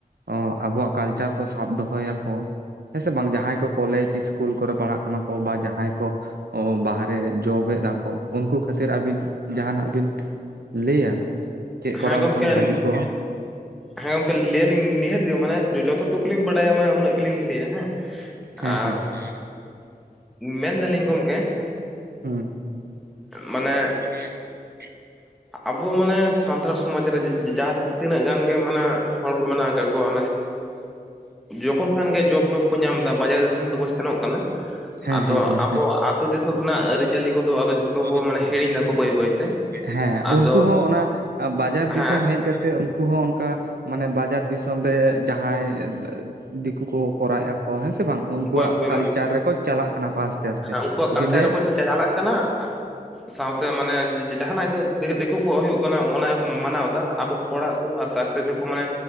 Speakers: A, on the right; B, in the centre.
A: ᱚ ᱟᱵᱚᱣᱟᱜ ᱠᱟᱞᱪᱟᱨ ᱠᱚ ᱥᱟᱵ ᱫᱚᱦᱚᱭᱟᱠᱚ ᱾ ᱦᱮᱸ ᱥᱮ ᱵᱟᱝ ᱡᱟᱦᱟᱸᱭ ᱠᱚ ᱠᱚᱞᱮᱡᱽ ᱤᱥᱠᱩᱞ ᱠᱚᱨᱮ ᱯᱟᱲᱦᱟᱜ ᱠᱟᱱᱟ ᱠᱚ ᱵᱟ ᱡᱟᱦᱟᱸᱭ ᱠᱚ ᱵᱟᱦᱨᱮ ᱡᱚᱵᱮᱫᱟᱠᱚ ᱩᱱᱠᱩ ᱠᱷᱟᱹᱛᱤᱨ ᱟᱹᱵᱤᱱ ᱡᱟᱦᱟᱸᱱᱟᱜ ᱵᱤᱱ ᱞᱟᱹᱭᱟ ᱪᱮᱫ ᱠᱚᱨᱟᱣ
B: ᱦᱮᱸ ᱜᱚᱢᱠᱮ
A: ᱞᱮᱠᱷᱟᱱ ᱵᱷᱟᱹᱜᱤ ᱠᱚᱜᱼᱟ?
B: ᱦᱮᱸ ᱜᱚᱢᱠᱮ ᱞᱟᱹᱭᱟᱞᱤᱧ ᱱᱤᱦᱟᱹᱛ ᱢᱟᱱᱮ ᱠᱚ ᱡᱚᱛ ᱴᱩᱠᱩ ᱞᱤᱧ ᱵᱟᱲᱟᱭᱟ ᱢᱟᱱᱮ ᱩᱱᱟᱹᱜ ᱜᱮᱞᱤᱧ ᱞᱟᱹᱭᱟ ᱦᱮᱸ?
A: ᱦᱮᱸ
B: ᱟᱨ
A: ᱦᱮᱸ ᱾
B: ᱢᱮᱱᱫᱟᱞᱤᱧ ᱜᱚᱝᱠᱮ
A: ᱦᱩᱸ᱾
B: ᱢᱟᱱᱮ
A: ᱢᱟᱱᱮ
B: ᱟᱵᱚ ᱢᱟᱱᱮ ᱥᱟᱱᱛᱟᱲ ᱥᱚᱢᱟᱡᱽ ᱨᱮ ᱡᱟ ᱡᱟᱦᱟᱸ ᱛᱤᱱᱟᱹᱜ ᱜᱟᱱ ᱜᱮ ᱢᱟᱱᱮ ᱦᱚᱲ ᱠᱚ ᱢᱮᱱᱟᱜ ᱠᱟᱜ ᱠᱚᱣᱟ ᱡᱚᱠᱷᱚᱱ ᱠᱷᱟᱱ ᱜᱮ ᱡᱚᱵ ᱴᱚᱵ ᱠᱚ ᱧᱟᱢ ᱫᱟ ᱵᱟᱡᱟᱨ ᱫᱤᱥᱚᱢ ᱛᱮᱠᱚ ᱥᱮᱱᱚᱜ ᱠᱟᱱᱟ,
A: ᱦᱮᱸ
B: ᱟᱫᱚ
A: ᱦᱮᱸ ᱦᱮᱸ
B: ᱟᱵᱚᱣᱟᱜ
A: ᱦᱮᱸ
B: ᱟᱛᱳ ᱫᱤᱥᱚᱢ ᱨᱮᱱᱟᱜ ᱟᱹᱨᱤᱪᱟᱹᱞᱤ ᱠᱚᱫᱚ ᱟᱫᱚ ᱡᱷᱚᱛᱚ
A: ᱜᱷᱟᱨᱚᱸᱡᱽ
B: ᱠᱚ ᱢᱟᱱᱮ ᱦᱤᱲᱤᱧ ᱫᱟᱠᱚ ᱵᱟᱹᱭ ᱵᱟᱹᱭᱛᱮ,
A: ᱦᱮᱸ
B: ᱟᱫᱚ
A: ᱩᱱᱠᱩ ᱦᱚᱸ ᱚᱱᱟ ᱵᱟᱡᱟᱨ
B: ᱦᱮᱸ
A: ᱫᱤᱥᱚᱢ ᱦᱮᱡ ᱠᱟᱛᱮ ᱩᱱᱠᱩ ᱦᱚᱸ ᱚᱝᱠᱟ ᱢᱟᱱᱮ ᱵᱟᱡᱟᱨ ᱫᱤᱥᱚᱢ ᱨᱮ ᱡᱟᱦᱟᱸᱭ ᱫᱤᱠᱩ ᱠᱚ ᱠᱚᱨᱟᱣᱮ-ᱟᱠᱚ ᱦᱮᱸ ᱥᱮ ᱵᱟᱝ? ᱩᱱᱠᱩᱣᱟᱜ
B: ᱚᱠᱚᱭ ᱚᱠᱚᱭ
A: ᱠᱟᱞᱪᱟᱨ ᱨᱮᱠᱚ ᱪᱟᱞᱟᱜ ᱠᱟᱱᱟ ᱠᱚ ᱟᱥᱛᱮ ᱟᱥᱛᱮ
B: ᱩᱱᱠᱩᱣᱟᱜ ᱠᱟᱞᱪᱟᱨ
A: ᱫᱤᱞᱮ
B: ᱨᱮᱠᱚ ᱪᱟᱞᱟᱜ ᱠᱟᱱᱟ ᱥᱟᱶᱛᱮ ᱢᱟᱱᱮ ᱡᱟᱦᱟᱱᱟᱜ ᱜᱮ ᱫᱤᱠᱩ ᱠᱚᱣᱟᱜ ᱦᱩᱭᱩᱜ ᱚᱱᱟ ᱜᱮᱠᱚ ᱢᱟᱱᱟᱣ ᱮᱫᱟ ᱟᱵᱚ ᱦᱚᱲᱟᱜ ᱫᱚ ᱟᱫ-ᱟ ᱾ ᱛᱮᱠᱚ ᱢᱟᱱᱮ